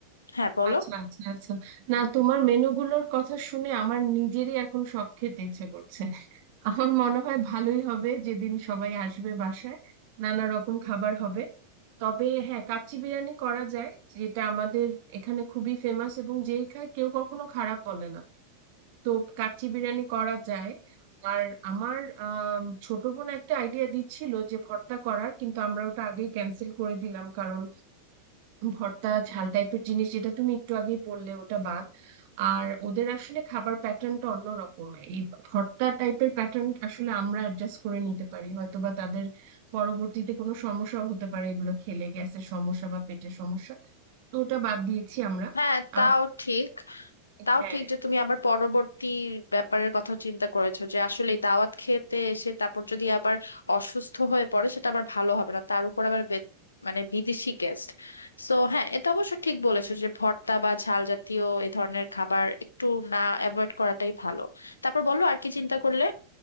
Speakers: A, on the left (about 75°); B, on the right (about 45°).
A: হ্যাঁ বলো
B: আচ্ছা আচ্ছা আচ্ছা না তোমার মেনুগুলোর কথা শুনে আমার নিজেরই এখন সব খেতে ইচ্ছে করছে আমার মনে হয় ভালোই হবে যেদিন সবাই আসবে বাসায় নানা রকম খাবার হবে তবে হ্যাঁ কাচ্চি বিরিয়ানি করা যায় যেটা আমাদের এখানে খুবই ফেমাস এবং যেই খায় কেউ কখনো খারাপ বলে না তো কাচ্চি বিরিয়ানি করা যায় আর আমার আম, ছোট বোন একটা আইডিয়া দিচ্ছিল যে ভর্তা করার কিন্তু আমরা ওটা আগেই ক্যান্সেল করে দিলাম কারণ ভর্তা ঝাল টাইপের জিনিস যেটা তুমি একটু আগেই বললে ওটা বাদ আর ওদের আসলে খাবার প্যাটার্নটা অন্য রকম এই ভর্তা টাইপের প্যাটার্ন আসলে আমরা অ্যাডজাস্ট করে নিতে পারি হয়তো বা তাদের পরবর্তীতে কোনো সমস্যাও হতে পারে এগুলো খেলে গ্যাসের সমস্যা বা পেটের সমস্যা তো ওটা বাদ দিয়েছি আমরা
A: হ্যাঁ তাও
B: আর
A: ঠিক তাও
B: হ্যাঁ
A: ঠিক যে তুমি আবার পরবর্তী ব্যাপারের কথা চিন্তা করেছো যে আসলে দাওয়াত খেতে এসে তারপর যদি আবার অসুস্থ হয়ে পড়ে সেটা আবার ভালো হবে না তার উপর আবার বে- মানে বিদেশি গেস্ট সো হ্যাঁ এটা অবশ্য ঠিক বলেছো যে ভর্তা বা ঝাল জাতীয় এই ধরনের খাবার একটু না অ্যাভয়েড করাটাই ভালো তারপর বলো আর কি চিন্তা করলে